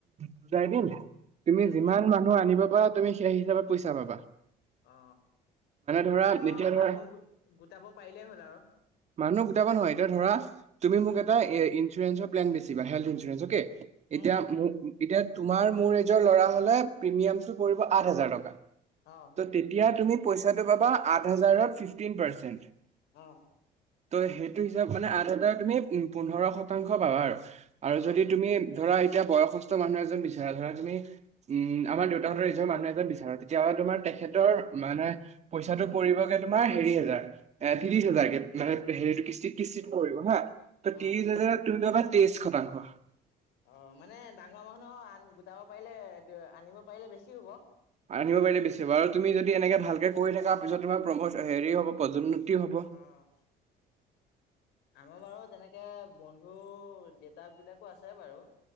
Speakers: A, on the right; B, on the left.
A: বুজাই দিম। তুমি
B: উম,
A: যিমান মানুহ আনিব পাৰা তুমি সেই হিচাপত পইচা পাবা
B: অ
A: ধৰা
B: মানে মই
A: এতিয়া
B: মানুহ
A: ধৰা
B: গোটাব পাৰিলেই হ'ল আৰু
A: মানুহ নহয় এতিয়া ধৰা তুমি মোক
B: উম,
A: এটা এ ইঞ্চুৰেঞ্চ প্লেন বেচিবা হেল্থ ইঞ্চুৰেঞ্চ অকে। এতিয়া
B: উম,
A: এতিয়া তোমাৰ মোৰ এজৰ ল'ৰা হলে প্ৰিমিয়াম টো পৰিব আঠ হাজাৰ টকা।
B: অ',
A: ত তেতিয়া তুমি পইচাটো পাবা আঠ হাজাৰৰ ফিফটি পাৰ্চেন্টে।
B: হা
A: ত' সেইটো হিচাপ মানে আঠ হাজাৰ তুমি পোন্ধৰ শতাংশ পাবা আৰু আৰু
B: অ',
A: যদি তুমি। ধৰা এতিয়া বয়সস্থ মানুহ এজন বিচাৰা ধৰা তুমি উম আমাৰ দেউতাহতৰ নিচিনা মানুহ এজন বিচাৰা তেতিয়া। ৰ মানে তোমাৰ তেখেতৰ মানে পইচাটো পৰিবগে তোমাৰ হেৰি হেজাৰ এ ত্ৰিশ হাজাৰকে। হেৰিটো কিস্তিত কিস্তিত পৰিব হা ত
B: অ',
A: ত্ৰিশ হাজাৰত তুমি‌ পাবা তেইশ শতাংশ।
B: অ মানে ডাঙৰ মানুহ আন গোটাব পাৰিলে আনিব পাৰিলে বেছি হব।
A: ৰান্ধিব পাৰিলে বেছি ভাল। তুমি যদি এনেকে ভালকে কৰি থকা পিছত তোমাৰ প্ৰমোচ হেৰি হ'ব, পদোন্নতি হ'ব।
B: অ', আমাৰ বাৰু তেনেকে, বন্ধু দেউতাক বিলাকো আছে বাৰু।